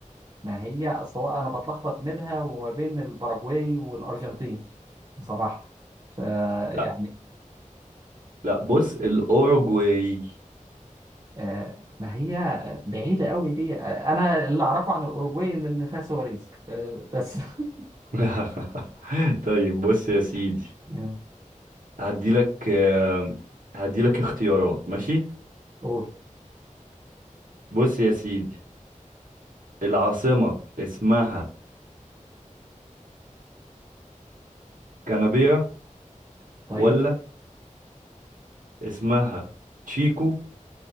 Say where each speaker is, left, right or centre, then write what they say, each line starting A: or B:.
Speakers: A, on the right (about 30°); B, on the right (about 85°).
A: ما هي اصل هو انا بتلخبط منها وما بين الباراجواي والارجنتين بصراحة فيعني
B: لا لا بص الأوروجواي
A: آه ما هي بعيدة قوي دي آه انا اللي اعرفه عن الاوروجواي ان إن فيها سواريز آه بس <laughs>
B: <laughs> طيب بص يا سيدي
A: آه،
B: هديلك آه، هديلك اختيارات ماشي
A: قول
B: بص يا سيدي العاصمة اسمها كانبيرا
A: طيب
B: ولا اسمها تشيكو